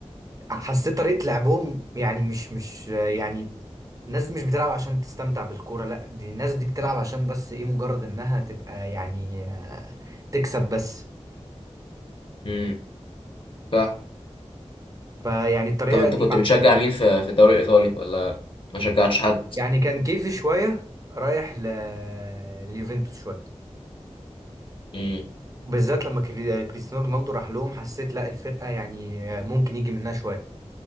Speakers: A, on the right; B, on the left.
A: حسيت طريقه لعبهم يعني مش مش يعني الناس دي مش بتلعب عشان تستمتع بالكورة لا دي الناس دي بتلعب عشان بس ايه مجرد انها تبقى يعني آه، تكسب بس
B: امم صح
A: فيعني الطريقة
B: طب انت
A: دي
B: كنت
A: ما
B: بتشجع
A: عجبتني
B: مين في في الدوري الايطالي ولا ما شجعتش حد
A: يعني كان كيفي شوية رايح ل... لليوفنتوس شوية
B: امم
A: بالذات لما كري- كريستيانو رونالدو راح لهم حسيت لا الفرقة يعني آه، ممكن يجي منها شوية